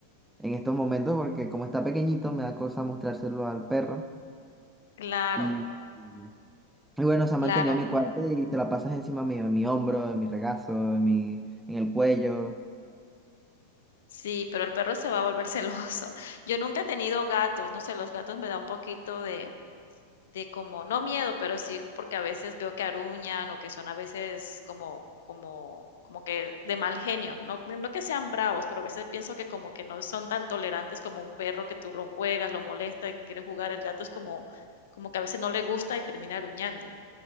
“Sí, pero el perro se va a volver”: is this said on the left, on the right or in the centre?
Left